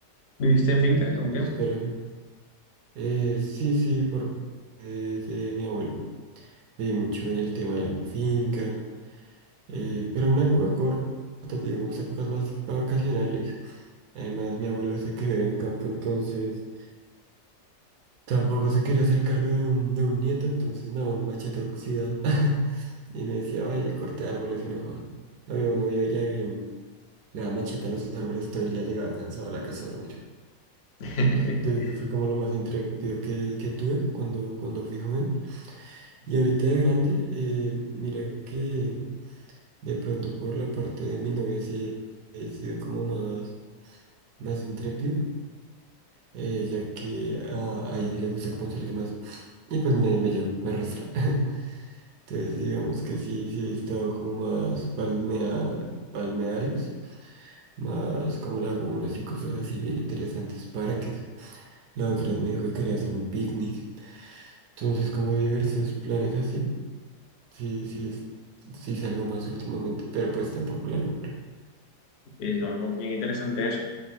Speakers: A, on the left; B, on the right.
A: ¿Viviste en finca un tiempo?
B: Pero... Eh, sí, sí, por parte de, de mi abuelo. Viví mucho en el tema de la finca, eh, pero una época corta, digamos, épocas vac- vacacionales. Además, mi abuelo se crió en el campo, entonces tampoco se quería hacer cargo de un, de un nieto, entonces me daba un machete oxidado <laughs> y me decía, vaya, corte árboles y no jodas. Había uno iba y le, le daba machete a los árboles todo el día, llegaba cansado a la casa a dormir.
A: <laughs>
B: Entonces, eso fue como lo más intrépido que, que tuve cuando, cuando fui joven. Y ahorita de grande, eh, mira que de pronto por la parte de mi novia sí he sido como más, más intrépido, eh, ya que a, a ella sí le gusta como salir más. Y pues me, me llevo, me arrastra. <laughs> Entonces digamos que sí, sí he estado como más balnear, balnearios, más como lagunas y cosas así bien interesantes, parques. La otra vez me dijo que quería hacer un picnic. Entonces como diversos planes así. Sí, sí, es- sí salgo más últimamente, pero pues tampoco la locura.
A: es no, algo bien interesante eso.